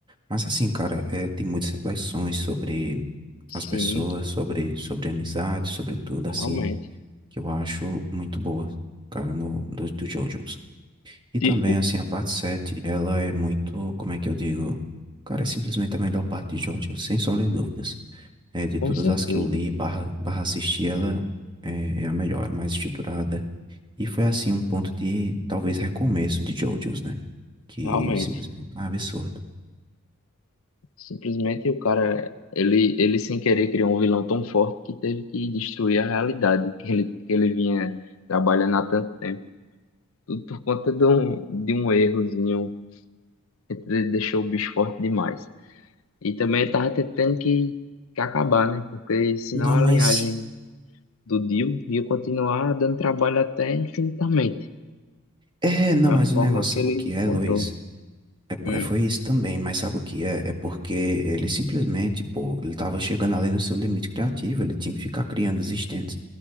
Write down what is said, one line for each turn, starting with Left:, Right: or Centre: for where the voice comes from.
Right: Mas assim, cara, é, tem muitas reflexões sobre
Left: sim,
Right: as pessoas, sobre, sobre amizade, sobre tudo,
Left: realmente.
Right: assim. que eu acho muito boa, cara, no, do, do JoJo's. E
Left: Tipo,
Right: também, assim, a parte 7, ela é muito, como é que eu digo? Cara, é simplesmente a melhor parte de JoJo, sem sombra de dúvidas. É, de
Left: Com
Right: todas
Left: certeza,
Right: as que eu li, barra, barra assisti, ela é, é a melhor, é mais estruturada. E foi, assim, um ponto de, talvez, recomeço de JoJo's, né? Que
Left: realmente.
Right: simplesmente é um absurdo.
Left: Simplesmente o cara, ele, ele sem querer criou um vilão tão forte que teve que destruir a realidade que ele, que ele vinha trabalhando há tanto tempo. Tudo por conta de um, de um errozinho que de- deixou o bicho forte demais. E também ele tava tendo que, que acabar, né? Porque senão
Right: Não,
Left: a
Right: mas...
Left: linhagem do Dio ia continuar dando trabalho até infinitamente.
Right: É, não,
Left: Foi a
Right: mas o
Left: forma
Right: negócio,
Left: que
Right: sabe
Left: ele
Right: o que é,
Left: encontrou.
Right: Luiz? É, po-
Left: Hum,
Right: é, foi isso também, mas sabe o que é? É porque ele simplesmente, pô, ele tava chegando além do seu limite criativo, ele tinha que ficar criando os stands.